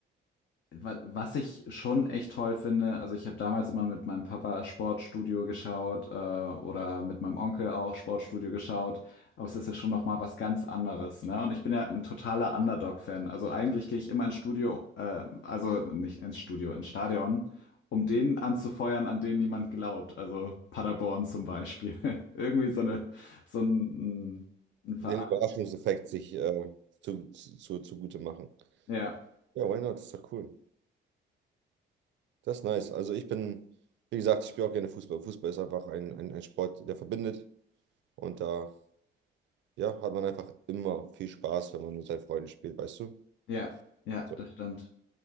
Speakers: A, on the left; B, on the right.
A: wa was ich schon echt toll finde, also ich habe damals immer mit meinem Papa Sportstudio geschaut, äh, oder mit meinem Onkel auch Sportstudio geschaut, aber es ist ja schon noch mal was ganz anderes, ne? Und ich bin ja ein totaler Underdog-Fan. Also eigentlich gehe ich immer ins Studio, äh, also nicht ins Studio, ins Stadion, um den anzufeuern, an den niemand glaubt. Also Paderborn zum Beispiel. <laughs> Irgendwie so eine, so ein, ein Verein.
B: Den Überraschungseffekt sich äh, zu, zu, zu, zugute machen.
A: Ja,
B: Ja, why not? Ist doch cool. Das ist nice. Also ich bin, wie gesagt, ich spiele auch gerne Fußball. Fußball ist einfach ein, ein, ein Sport, der verbindet. Und da, ja, hat man einfach immer viel Spaß, wenn man mit seinen Freunden spielt, weißt du?
A: ja, ja,
B: So.
A: das stimmt.